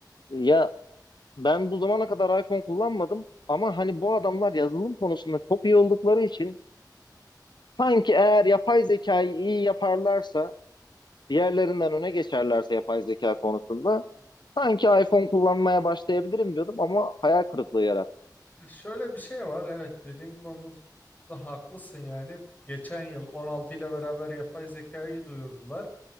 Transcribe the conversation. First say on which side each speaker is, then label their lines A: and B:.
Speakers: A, on the left; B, on the left.
A: Ya ben bu zamana kadar iPhone kullanmadım ama hani bu adamlar yazılım konusunda çok iyi oldukları için sanki eğer yapay zekayı iyi yaparlarsa, diğerlerinden öne geçerlerse yapay zeka konusunda sanki iPhone kullanmaya başlayabilirim diyordum ama hayal kırıklığı yarattı.
B: Şöyle bir şey var. Evet, dediğin konuda haklısın yani. Geçen yıl 16 ile beraber yapay zekayı duyurdular.